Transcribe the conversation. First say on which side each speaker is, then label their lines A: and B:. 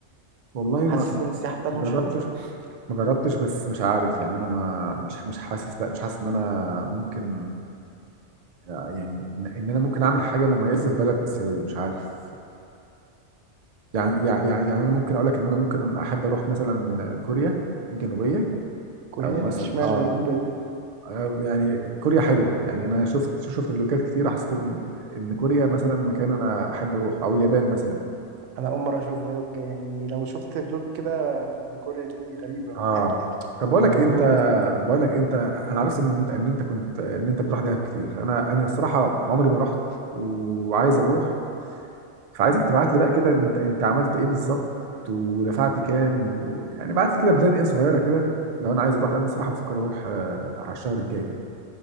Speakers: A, on the right; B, on the right.
A: والله
B: حاسس
A: ما
B: ان السياحه بتاعته
A: ما جربتش
B: مش حلوه
A: ما جربتش بس مش عارف يعني انا ما مش مش حاسس لا مش حاسس ان انا ممكن يعني ان إن انا ممكن اعمل حاجه مميزه في بلد اسيويه مش عارف يعني يعني يعني يعني انا ممكن اقول لك ان انا ممكن احب اروح مثلا كوريا الجنوبيه
B: كوريا
A: او مثلا
B: اشمعنى
A: مم، اه
B: الغريبه
A: اشمعنى
B: دي
A: آه، يعني كوريا حلوه يعني انا شفت شفت فلوجات كتير حسيت ان ان كوريا مثلا مكان انا احب اروح او اليابان مثلا
B: انا اول مره اشوف فلوج يعني لو شفت فلوج كده لكوريا دي غريبه
A: اه
B: <laughs>
A: طب بقول لك
B: ابعتهولي
A: إيه، انت بقول لك إيه، انت انا عرفت ان انت ان انت كنت ان انت بتروح دهب كتير انا انا الصراحه عمري ما رحت وعايز اروح فعايزك تبعت لي بقى كده انت انت عملت ايه بالظبط ودفعت كام و... يعني بعت لي كده بلان ايه صغيره كده لو انا عايز اروح لان الصراحه بفكر اروح آه، على الشهر الجاي كده